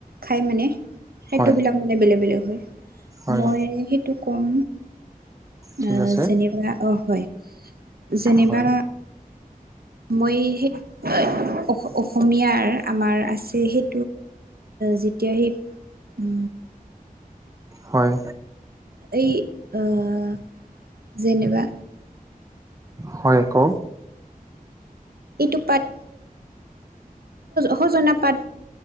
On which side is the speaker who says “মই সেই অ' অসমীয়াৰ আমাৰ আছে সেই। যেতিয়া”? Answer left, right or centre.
Right